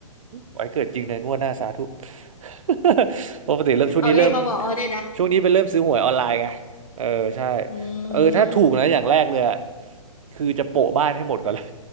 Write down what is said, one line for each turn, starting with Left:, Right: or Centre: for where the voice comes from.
Right: ไว้เกิดจริงในงวดหน้าสาธุ <laughs> ปกติเริ่มช่วงนี้เริ่ม
Left: เอาเลขมาบอกอ้อด้วยนะ
Right: ช่วงนี้เป็นเริ่มซื้อหวยออนไลน์ไง เออใช่
Left: <laughs> อื
Right: เออถ้าถูกนะอย่างแรกเลยอะ
Left: ม
Right: คือจะโปะบ้านให้หมดก่อนเลย